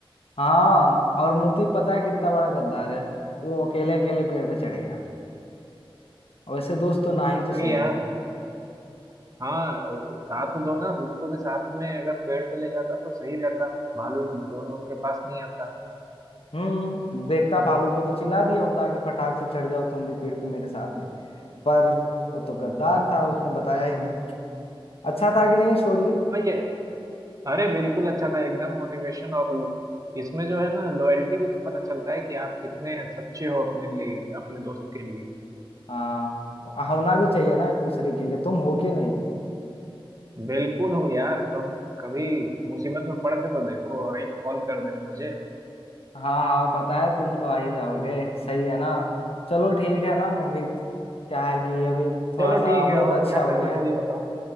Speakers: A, on the left; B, on the right.
A: हाँ और मोती पता है कितना बड़ा गद्दार है वो अकेले अकेले पेड़ पे चढ़ गया और वैसे दोस्त तो ना ही तो
B: अरे
A: सही
B: यार
A: है
B: हाँ अ, साथ दो ना उसको भी साथ में अगर पेड़ पे ले जाता तो सही रहता भालू दोनों के पास नहीं आता
A: हम्म देखता भालू को तो चिल्ला दिया होता कि फटाक से चढ़ जाओ तुम भी पेड़ पे मेरे साथ में पर वो तो गद्दार था उसने बताया ही नहीं अच्छा था कि नहीं स्टोरी
B: भाई ये अरे बिल्कुल अच्छा था एकदम मोटिवेशन और इसमें जो है ना लॉयल्टी भी तो पता चलता है कि आप कितने सच्चे हो अपने लिए अपने दोस्त के लिए
A: हाँ होना भी चाहिए ना एक दूसरे के लिए तुम हो कि नहीं
B: बिल्कुल हूँ यार कब कभी मुसीबत में पड़ के तो देखो और एक कॉल कर देना मुझे
A: हाँ हाँ पता है तुम तो आ ही जाओगे सही है ना चलो ठीक है ना मोहित क्या है कि अभी थोड़ा
B: चलो
A: सा
B: ठीक है
A: मूड
B: और
A: अच्छा
B: क्या
A: हो
B: कर
A: गया
B: रहे हो
A: है
B: ये बताओ